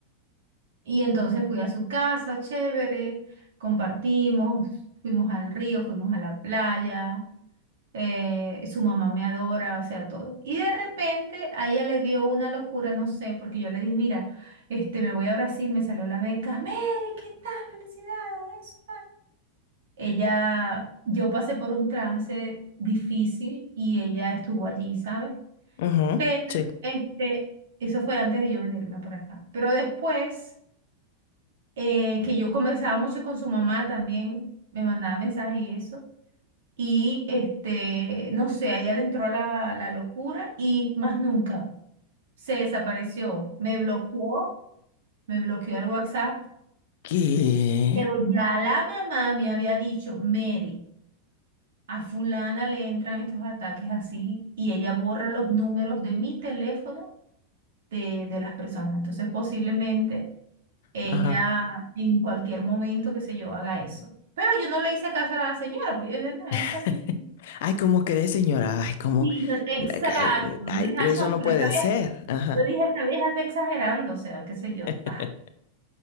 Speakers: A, on the right (about 60°); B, on the left (about 55°).
A: Y entonces fui a su casa, chévere, compartimos, fuimos al río, fuimos a la playa, eh, su mamá me adora, o sea, todo. Y de repente a ella le dio una locura, no sé, porque yo le dije, mira, este, me voy a Brasil, me salió la beca, Mary, ¿qué tal? Felicidades. Ella, yo pasé por un trance difícil y ella estuvo allí, ¿sabes?
B: Ujú,
A: Pero,
B: sí.
A: este, eso fue antes de yo venirme para acá. Pero después, eh, que yo conversaba mucho con su mamá también, me mandaba mensajes y eso. Y este, no sé, a ella le entró la, la locura y más nunca se desapareció. Me bloqueó, me bloqueó el WhatsApp.
B: ¿Qué?
A: Pero ya la mamá me había dicho, Mary, a fulana le entran estos ataques así y ella borra los números de mi teléfono de, de las personas. Entonces posiblemente ella
B: Ajá.
A: en cualquier momento, qué sé yo, haga eso. Pero yo no le hice caso a la señora, pues yo dije, no, esta
B: <laughs>
A: señora.
B: Ay, ¿cómo crees, señora? Ay, ¿cómo?
A: Sí, yo, exacto.
B: Ay,
A: Yo
B: ay,
A: dije,
B: eso
A: ay, no,
B: no
A: pero
B: puede
A: esta vieja
B: ser. Ajá.
A: Yo dije, esta vieja está exagerando, o sea, qué sé
B: <laughs>
A: yo. Ah,